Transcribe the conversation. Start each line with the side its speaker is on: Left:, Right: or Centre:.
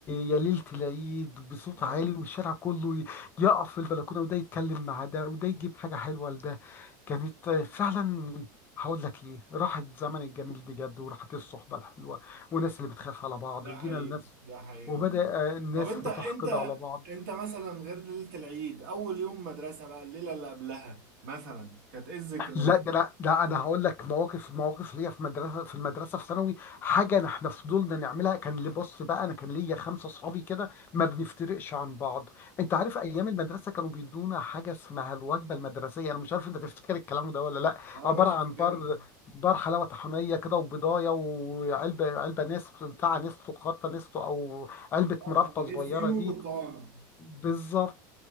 Left: يا ليلة العيد بصوت
Right: واو
Left: عالي والشارع كله ي- يقف في البلكونة وده يتكلم مع ده وده يجيب حاجة حلوة لده كانت آه، فعلا هقول لك ايه راحت زمن الجميل بجد وراحت الصحبة الحلوة والناس اللي بتخاف على بعض
Right: ده
Left: وجينا
Right: حقيقي
Left: لناس
Right: ده حقيقي
Left: وبدأ
Right: والله
Left: آه، الناس
Right: طب انت
Left: بتحقد
Right: انت
Left: على بعض
Right: انت مثلا غير ليلة العيد اول يوم مدرسة بقى الليلة اللي قبلها مثلا كانت ايه الذكرى
Left: لا ده انا ده انا هقول لك مواقف مواقف ليا في مدرسه في المدرسه في ثانوي حاجه إن احنا فضلنا نعملها كان لي بص بقى انا كان ليا خمسه اصحابي كده ما بنفترقش عن بعض انت عارف ايام المدرسه كانوا بيدونا حاجه اسمها الوجبه المدرسيه انا مش عارف انت تفتكر الكلام ده ولا لا
Right: اه
Left: عباره
Right: يا باشا
Left: عن
Right: فاكرها
Left: بار بار حلاوه طحينيه كده وبضايه وعلبه علبه نستو بتاع نستو خرطه نستو او علبه
Right: اه
Left: مربطه
Right: غير
Left: صغيره
Right: فينو
Left: دي
Right: وبرتقانه
Left: بالظبط